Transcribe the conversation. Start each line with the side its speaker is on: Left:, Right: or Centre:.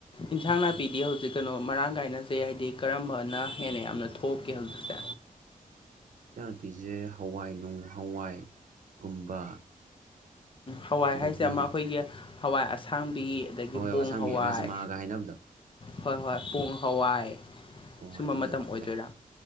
Left: ꯏꯟꯁꯥꯡ ꯅꯥꯄꯤꯗꯤ ꯍꯧꯖꯤꯛ ꯀꯅꯣ ꯃꯔꯥꯡ ꯀꯥꯏꯅꯁꯦ ꯍꯥꯏꯗꯤ ꯀꯔꯝꯕꯅ ꯍꯦꯟꯅ ꯌꯥꯝꯅ ꯊꯣꯛꯀꯦ ꯍꯧꯖꯤꯛ
Right: ꯏꯆꯥꯟꯄꯤꯖꯦ ꯍꯋꯥꯏ ꯅꯣꯡ ꯍꯋꯥꯏꯒꯨꯝꯕ
Left: ꯍꯋꯥꯏ
Right: ꯑꯗꯒꯤ
Left: ꯍꯥꯏꯁꯦ ꯑꯃ ꯑꯩꯈꯣꯏꯒꯤ ꯍꯋꯥꯏ ꯑꯁꯥꯡꯕꯤ ꯑꯗꯒꯤ
Right: ꯍꯋꯥꯏ
Left: ꯄꯣꯡ
Right: ꯑꯁꯥꯡꯕꯤ
Left: ꯍꯋꯥꯏ
Right: ꯔꯖꯃꯥꯒ ꯍꯥꯏꯅꯕꯗꯣ
Left: ꯍꯣꯏ ꯍꯣꯏ ꯄꯣꯡ ꯍꯋꯥꯏ
Right: ꯄꯣꯡꯉꯥꯏ
Left: ꯁꯨꯝꯕ
Right: ꯑꯗꯨꯒ
Left: ꯃꯇꯝ
Right: ꯌꯥꯝ ꯊꯣꯛꯑꯦ
Left: ꯑꯣꯏꯗꯣꯏꯔꯥ